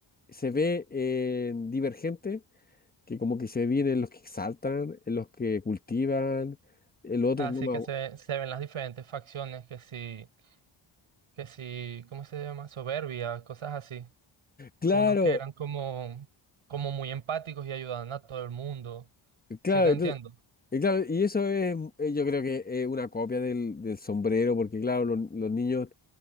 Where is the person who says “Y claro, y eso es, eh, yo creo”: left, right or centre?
Left